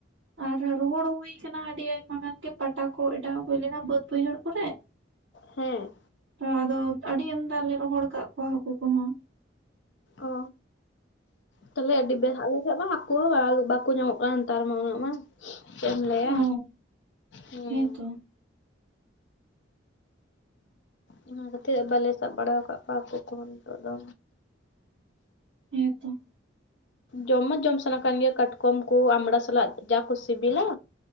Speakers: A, on the right (about 70°); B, on the left (about 65°).
A: ᱟᱨ ᱨᱚᱦᱚᱲ ᱦᱩᱭ ᱠᱟᱱᱟ ᱟᱹᱰᱤ ᱟᱭᱢᱟ ᱜᱟᱱ ᱜᱮ ᱯᱟᱴᱟ ᱠᱚ ᱮᱰᱟᱣ ᱦᱳᱭ ᱞᱮᱱᱟ ᱵᱟᱹᱫ ᱵᱟᱹᱭᱦᱟᱹᱲ ᱠᱚᱨᱮ᱾
B: ᱦᱮᱸ᱾
A: ᱛᱚ ᱟᱫᱚ ᱟᱹᱰᱤ ᱟᱢᱫᱟ ᱞᱮ ᱨᱚᱦᱚᱲ ᱟᱠᱟᱫ ᱠᱚᱣᱟ ᱦᱟᱹᱠᱳ ᱠᱚᱦᱚᱸ᱾
B: ᱚ ᱛᱟᱦᱚᱞᱮ ᱟᱹᱰᱤ ᱵᱮᱦᱟᱜᱮ᱾ ᱢᱟ ᱦᱟᱹᱠᱩ ᱦᱚᱸ ᱵᱟᱠᱚ ᱧᱟᱢᱚᱜ ᱠᱟᱱ ᱱᱮᱛᱟᱨ ᱢᱟ ᱩᱱᱟᱹᱜ ᱢᱟ᱾ ᱪᱮᱫ ᱮᱢ ᱞᱟᱭᱟ,
A: ᱚ
B: ᱦᱮᱸ᱾
A: ᱦᱮᱸᱛᱚ
B: ᱚᱱᱟ ᱠᱷᱟᱹᱛᱤᱨ ᱵᱟᱞᱮ ᱥᱟᱵ ᱵᱟᱲᱟ ᱠᱟᱜ ᱠᱚᱣᱟ ᱦᱟᱹᱠᱳ ᱠᱚᱦᱚᱸ ᱱᱤᱛᱚᱜ ᱫᱚ᱾
A: ᱦᱮᱛᱚ᱾
B: ᱡᱚᱢ ᱢᱟ ᱡᱚᱢ ᱥᱟᱱᱟ ᱠᱟᱱ ᱜᱮᱭᱟ ᱠᱟᱴᱠᱚᱢ ᱠᱚ ᱟᱢᱲᱟ ᱥᱟᱞᱟᱜ ᱡᱟ ᱠᱚ ᱥᱮᱵᱤᱞᱟ᱾